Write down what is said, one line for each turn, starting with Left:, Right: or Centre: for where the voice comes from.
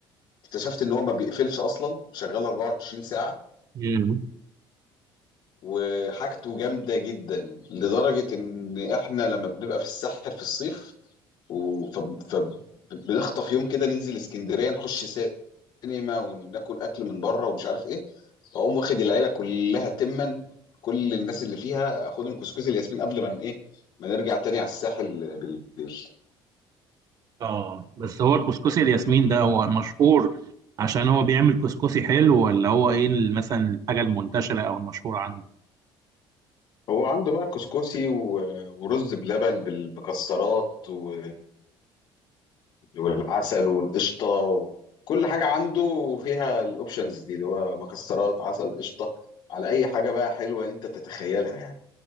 Left: اكتشفت ان هو ما بيقفلش اصلا شغال 24 ساعة
Right: مم.
Left: وحاجته جامدة جدا لدرجة ان احنا لما بنبقى في الساحل في الصيف و- فب- فبنخطف يوم كده ننزل اسكندريه نخش سينما وناكل اكل من بره ومش عارف ايه اقوم واخد العيله كلها تما كل الناس اللي فيها اخدهم كسكسي الياسمين قبل ما ن- ايه ما نرجع تاني على الساحل بالليل
Right: اه بس هو الكسكسي الياسمين ده هو مشهور عشان هو بيعمل كسكسي حلو ولا هو ايه ال- مثلا الحاجه المنتشره او المشهوره عنده
Left: هو عنده بقى كسكسي و- ورز بلبن بالمكسرات و- والعسل والقشطه و- كل حاجه عنده فيها الاوبشنز دي اللي هو مكسرات عسل قشطه على اي حاجه بقى حلوه انت تتخيلها يعني